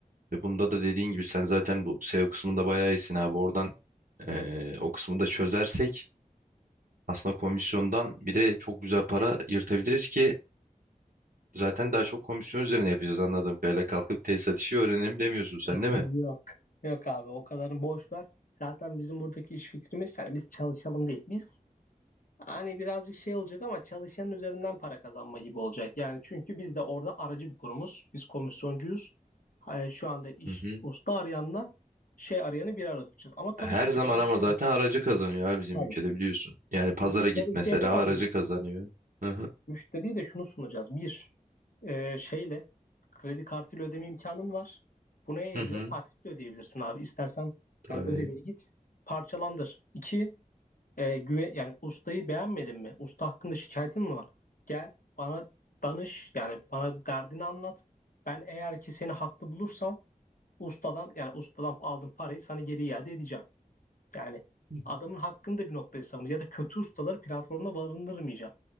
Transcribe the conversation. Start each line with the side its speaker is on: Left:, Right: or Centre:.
Right: ve bunda da dediğin gibi sen zaten bu SEO kısmında bayağı iyisin abi. Oradan eee, o kısmı da çözersek aslında komisyondan bir de çok güzel para yırtabiliriz ki zaten daha çok komisyon üzerine yapacağız anladığım kadarıyla. Kalkıp tesisat işi öğrenelim demiyorsun sen
Left: <laughs>
Right: değil mi?
Left: Yok. Yok abi o kadarını boş ver. Zaten bizim buradaki iş fikrimiz yani biz çalışalım değil. Biz Hani birazcık şey olacak ama çalışanın üzerinden para kazanma gibi olacak. Yani çünkü biz de orada aracı bir kurumuz. Biz komisyoncuyuz. Ha, e, Şu anda iş
Right: Hı hı.
Left: usta arayanla şey arayanı bir arada tutacağız. Ama tabii
Right: Her
Left: ki
Right: zaman
Left: bu bizim
Right: ama
Left: şu
Right: zaten aracı kazanıyor abi bizim
Left: tabii.
Right: ülkede biliyorsun. Yani pazara
Left: Ama şöyle
Right: git
Left: bir
Right: mesela
Left: şey yapamaz
Right: aracı
Left: mıyız?
Right: kazanıyor. Hı hı.
Left: Müşteriye de şunu sunacağız. Bir, e, şeyle kredi kartıyla ödeme imkanın var. Bu neye yarıyor?
Right: Hı hı.
Left: Taksitle ödeyebilirsin abi. İstersen
Right: Tabii.
Left: yani ödemeni git parçalandır. İki, e, güven yani ustayı beğenmedin mi? Usta hakkında şikayetin mi var? Gel bana danış yani bana derdini anlat. Ben eğer ki seni haklı bulursam ustadan yani ustadan aldığım parayı sana geri iade edeceğim. Yani
Right: Hı
Left: adamın hakkını da bir noktaya savunuyor ya da kötü ustaları platformda barındırmayacağım.